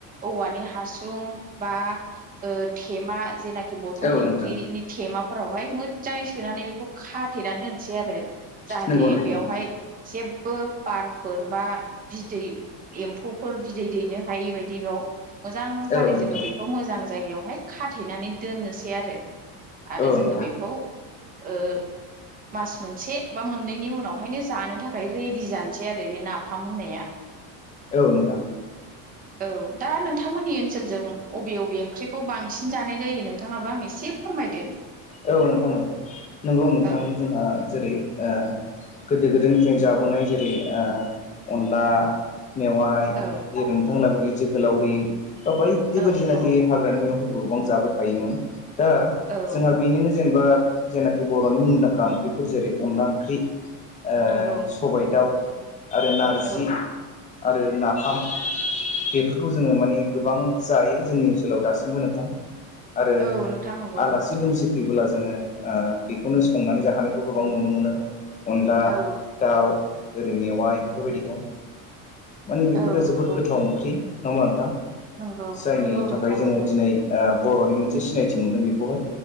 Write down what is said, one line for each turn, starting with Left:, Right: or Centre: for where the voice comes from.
Right: औवानि हासुं बा ओ थेमा जेनाखि बथल
Left: औ
Right: दिंग्रि
Left: नोंथां
Right: नि थेमा हाय मोज जाङै सोनानै बेखौ खाथेनानै दोनसै आरो जाहाथे
Left: नंगौ नोंथां
Right: बेयावहाय जेबो बार फोर बा बिदै एम्फौ फोर बिदै दैनो हायै बायदि बेयाव मोजां थारै
Left: औ नोंथां
Right: जोङो बेखौ मोजां जायगायाव हाय खाथेनानै दोननोसै आरो। आरो
Left: औ
Right: जोङो
Left: नोंथां
Right: बेखौ ओ मास मोनसे बा मोननैनि उन उनाव हायनो जानो थाखाय रेडि जानोसै आरो बे नाफाम होननाया।
Left: औ नोंथां
Right: औ दा नोंथांमोननि ओनसोलजों अबे अबे ओंख्रि खौ बांसिन जानाय जायो नोंथाङाबो आं एसे फोरमायदो।
Left: औ नोंथां औ नंगौ नोंथां
Right: औ
Left: जोंहा जेरै ओ गोदो गोदाय निफ्रायनो जाबोनाय जेरै ओ अनला मेवाइ
Right: औ
Left: जेरै नोंथां मोना बिदि जोगो लावरि बा बायदि
Right: औ
Left: बायदि जनाखि
Right: औ
Left: हाग्रानि मैगंफोर गोबां जाबो खायोमोन दा
Right: औ
Left: जोंहा बेनिनो जेनेबा जेनाखि बर'नि मुंदांखा ओंख्रिफोर जेरै अनला ओंख्रि ओ
Right: नंगौ
Left: सबाय दाउ आरो नारजि
Right: औ
Left: आरो नाफाम बेफोरखौ जोङो माने गोबां जायो जोंनि ओनसोलाव दासिमबो नोंथां आरो
Right: औ नोंथां नंगौ
Left: आलासि दुमसि फैबोला जोङो ओ बेखौनो संनानै जाहोनायखौ गोबां नुनो मोनो। अनला
Right: औ
Left: दाउ ओरै मेवाइ बेफोर बायदि दं। माने बेफोरो
Right: औ
Left: जोबोद
Right: नंगौ
Left: गोथाव ओंख्रि नङा होमबा नोंथां?
Right: नंगौ
Left: जायनि
Right: नंगौ
Left: थाखाय
Right: नोंथां
Left: जोङो
Right: नंगौ
Left: दिनै ओ बर'नि मोनसे सिनायथि मोनदों बेखौ हाय